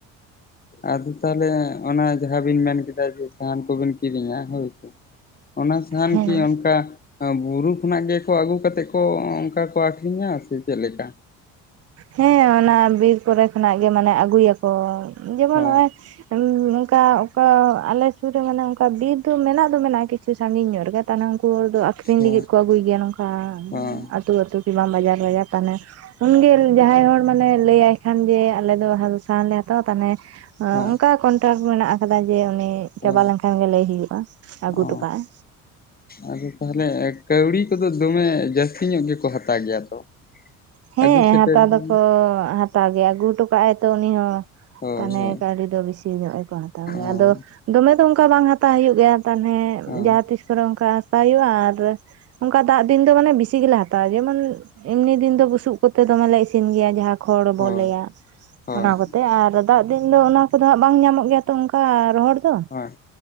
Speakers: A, on the left (about 25°); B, on the right (about 45°).
A: ᱟᱫᱚ ᱛᱟᱦᱚᱞᱮ ᱚᱱᱟ ᱡᱟᱦᱟᱸ ᱵᱤᱱ ᱢᱮᱱᱠᱮᱫᱟ ᱡᱮ ᱥᱟᱦᱟᱱ ᱠᱚᱵᱤᱱ ᱠᱤᱨᱤᱧᱟ ᱦᱳ ᱭᱥᱮ ᱚᱱᱟ ᱥᱟᱦᱟᱱ
B: ᱦᱮᱸ
A: ᱠᱤ ᱚᱱᱠᱟ ᱵᱩᱨᱩ ᱠᱷᱚᱱᱟᱜ ᱜᱮᱠᱚ ᱟᱹᱜᱩ ᱠᱟᱛᱮᱫ ᱠᱚ ᱚᱱᱠᱟ ᱠᱚ ᱟᱠᱷᱨᱤᱧᱟ ᱥᱮ ᱪᱮᱫ ᱞᱮᱠᱟ?
B: ᱦᱮᱸ ᱚᱱᱟ ᱵᱤᱨ ᱠᱚᱨᱮ ᱠᱷᱚᱱᱟᱜ ᱜᱮ ᱢᱟᱱᱮ ᱟᱹᱜᱩᱭᱟᱠᱚ ᱡᱮᱢᱚᱱ
A: ᱦᱳᱭ
B: ᱱᱚᱜᱼᱚᱭ <unintelligible> ᱚᱱᱠᱟ ᱚᱠᱟ ᱟᱮ ᱥᱩᱨ ᱨᱮ ᱢᱟᱱᱮ ᱚᱱᱠᱟ ᱚᱱᱠᱟ ᱚᱠᱟ ᱟᱞᱮᱥᱮᱫ ᱨᱮ ᱢᱟᱱᱮ ᱚᱱᱠᱟ ᱵᱤᱨ ᱫᱚ ᱢᱮᱱᱟᱜ ᱫᱚ ᱢᱮᱱᱟᱜᱼᱟ ᱠᱤᱪᱷᱩ ᱥᱟᱺᱜᱤᱧ ᱧᱚᱜ ᱨᱮᱜᱮ ᱛᱟᱦᱚᱞᱮ ᱩᱱᱠᱩ ᱦᱚᱲ ᱫᱚ ᱟᱠᱷᱨᱤᱧ
A: ᱦᱳᱭ
B: ᱞᱟᱹᱜᱤᱫ ᱠᱚ ᱟᱹᱜᱩᱭ ᱜᱮᱭᱟ ᱱᱚᱝᱠᱟ
A: ᱦᱳᱭ
B: ᱟᱹᱛᱩ ᱟᱹᱛᱩ ᱠᱤ ᱵᱟᱝ ᱵᱟᱡᱟᱨ ᱵᱟᱡᱟᱨ ᱛᱟᱦᱚᱞᱮ ᱩᱱᱜᱮ ᱡᱟᱦᱟᱸᱭ ᱦᱚᱲ ᱢᱟᱱᱮ ᱞᱟᱹᱭᱟᱭ ᱠᱷᱟᱱ ᱡᱮ ᱟᱞᱮ ᱫᱚ ᱦᱟᱞ ᱥᱟ ᱞᱮ ᱦᱟᱛᱟᱣᱟ ᱛᱟᱦᱮ
A: ᱦᱳᱭ
B: ᱚᱱᱠᱟ ᱴᱟᱠ ᱢᱮᱱᱟᱜ ᱟᱠᱟᱫᱟ ᱡᱮ ᱩᱱᱤ
A: ᱦᱳᱭ
B: ᱪᱟᱵᱟ ᱞᱮᱱᱠᱷᱟᱱ ᱜᱮ ᱞᱟᱹᱭ ᱦᱳᱭᱳᱜᱼᱟ ᱟᱹᱜᱩ
A: ᱚ
B: ᱦᱚᱴᱚᱠᱟᱜᱼᱟᱭ
A: ᱟᱫᱚ ᱛᱟᱦᱚᱞᱮ ᱠᱟᱹᱣᱲᱤ ᱠᱚᱫᱚ ᱫᱚᱢᱮ ᱡᱟᱹᱥᱛᱤ ᱟᱠᱠᱷᱨᱤ ᱧᱚᱜ ᱜᱮᱠᱚ ᱦᱟᱛᱟᱣ ᱜᱮᱭᱟ ᱛᱚ
B: ᱦᱮᱸ
A: ᱟᱹᱜᱩ ᱥᱮᱴᱮᱨ
B: ᱦᱟᱛᱟᱣ
A: ᱨᱮᱱᱟᱜ
B: ᱫᱚᱠᱚ ᱦᱟᱛᱟᱣ ᱜᱮᱭᱟ ᱟᱹᱜᱩ ᱦᱚᱴᱚ ᱠᱟᱜ ᱟᱭ ᱛᱚ ᱩᱱᱤ ᱦᱚᱸ
A: ᱦᱳᱭ
B: ᱛᱮ
A: ᱦᱳᱭ
B: <unintelligible> ᱟᱞᱩ ᱫᱚ ᱵᱤᱥᱤ ᱧᱚᱜ ᱜᱮᱠᱚ ᱦᱟᱛᱟᱣ
A: ᱦᱳᱭ
B: ᱜᱮᱭᱟ ᱟᱫᱚ ᱫᱚᱢᱮ ᱫᱚ ᱚᱱᱠᱟ ᱵᱟᱝ ᱦᱟᱛᱟᱣ ᱦᱩᱭᱩᱜ ᱜᱮᱭᱟ ᱛᱟᱱᱮ
A: ᱦᱳᱭ
B: ᱡᱟᱦᱟᱸ ᱛᱤᱥ ᱠᱚᱨᱮ ᱚᱱᱠᱟ ᱦᱟᱥᱟ ᱦᱩᱭᱩᱜᱼᱟ ᱟᱫᱚ ᱚᱱᱠᱟ ᱫᱟᱜ ᱫᱤᱱ ᱫᱚ ᱢᱟᱱᱮ ᱵᱤᱥᱤ ᱜᱮᱞᱮ ᱦᱟᱛᱟᱣᱟ ᱡᱮᱢᱚᱱ ᱮᱢᱱᱤ ᱫᱤᱱ ᱫᱚ ᱵᱩᱥᱩᱜ ᱠᱚᱛᱮ ᱫᱚᱢᱮ ᱞᱮ ᱤᱥᱤᱱ ᱜᱮᱭᱟ ᱠᱷᱚᱲ ᱵᱚ
A: ᱦᱳᱭ
B: ᱞᱟᱹᱭᱟ
A: ᱦᱳᱭ
B: ᱚᱱᱟ ᱠᱚᱛᱮ ᱛᱮ ᱟᱨ ᱫᱟᱜ ᱫᱤᱱ ᱫᱚ ᱚᱱᱟ ᱠᱚᱫᱚ ᱦᱟᱸᱜ ᱵᱟᱝ ᱧᱟᱢᱚᱜ ᱜᱮᱭᱟ ᱛᱚ ᱚᱱᱠᱟ ᱨᱚᱦᱚᱲ ᱛᱚ
A: ᱦᱳᱭ